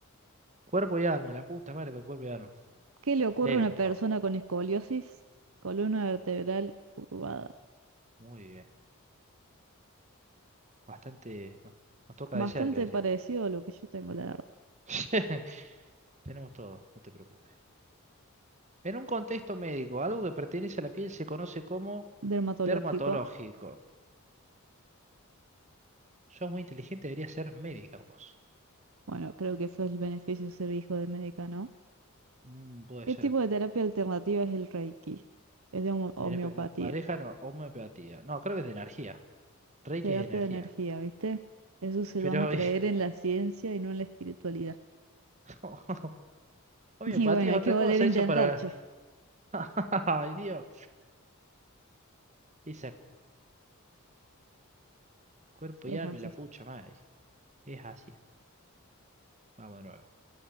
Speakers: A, on the right; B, on the right.
A: Cuerpo y alma, la puta madre con cuerpo y alma.
B: ¿qué le ocurre
A: Léelo,
B: a una
A: por
B: persona
A: favor.
B: con escoliosis? Columna vertebral curvada.
A: Muy bien. Bastante. no- Nos toca
B: Bastante
A: de cerca ese.
B: parecido a lo que yo tengo, la verdad.
A: <laughs> Tenemos todo, no te preocupes. En un contexto médico, algo que pertenece a la piel se conoce como
B: Dermatológico.
A: dermatológico. Sos muy inteligente, deberías ser médica vos.
B: Bueno, creo que eso es el beneficio de ser hijo de médica, ¿no?
A: Mm, puede
B: ¿Qué
A: ser.
B: tipo de terapia alternativa es el Reiki? Es de homo- homeopatía,
A: Terapia- no, pareja no, homeopatía. No, creo que es de energía. Reiki
B: terapia
A: es de energía.
B: de energía, ¿viste? Eso se
A: Pero
B: llama creer
A: y-
B: en la ciencia y no en la espiritualidad.
A: <laughs>
B: <laughs>
A: homeopatía
B: Y bueno,
A: es
B: hay
A: otra
B: que volver
A: cosa,
B: a intentar,
A: eso para...
B: che.
A: <laughs> Ay, Dios. Esa cuerpo
B: Es
A: y alma
B: así.
A: y la pucha madre. Es así. Vamos de nuevo.